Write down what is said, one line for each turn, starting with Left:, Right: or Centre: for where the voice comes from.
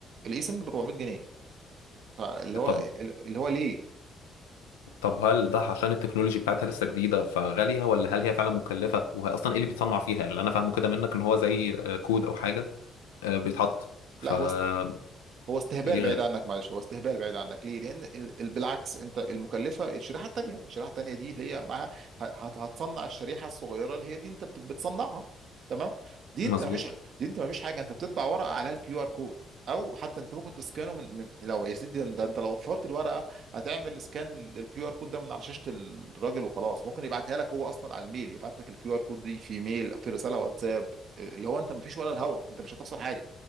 Right: الاي سم ب 400 جنيه فاللي هو
Left: طب
Right: اللي هو ليه؟
Left: طب هل ده عشان التكنولوجي بتاعتها لسه جديدة فغالية ولا هل هي فعلا مكلفة؟ وهي أصلا إيه اللي بيتصنع فيها؟ اللي أنا فاهمه كده منك إن هو زي آه، كود أو حاجة آه، بيتحط فليه
Right: لا هو هو استهبال بعيد
Left: غالي؟
Right: عنك معلش هو استهبال بعيد عنك ليه؟ لان ال- ال- بالعكس انت المكلفه الشريحه الثانيه، الشريحه الثانيه دي اللي هي معاها ه- هت- هتصنع الشريحه الصغيره اللي هي دي انت بت- بتصنعها تمام؟ دي
Left: مظبوط
Right: انت ما فيش دي انت ما فيش حاجه انت بتطبع ورقه عليها الكيو ار كود او حتى انت ممكن تسكانه من, من لو يا سيدي ده ده انت لو وفرت الورقه هتعمل سكان للكيو ار كود ده من على شاشه الراجل وخلاص ممكن يبعتها لك هو اصلا على الميل يبعت لك الكيو ار كود دي في ميل في رساله واتساب آه، اللي هو انت ما فيش ولا الهوا انت مش هتخسر حاجه